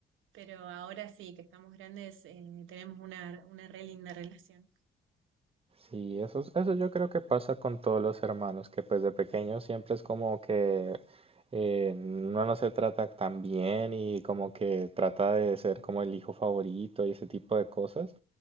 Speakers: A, on the right; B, on the right.
A: pero ahora sí que estamos grandes, eh, tenemos una, una re linda relación.
B: Sí, eso, es- eso yo creo que pasa con todos los hermanos, que pues de pequeños siempre es como que eh, uno no se trata tan bien y como que trata de ser como el hijo favorito y ese tipo de cosas.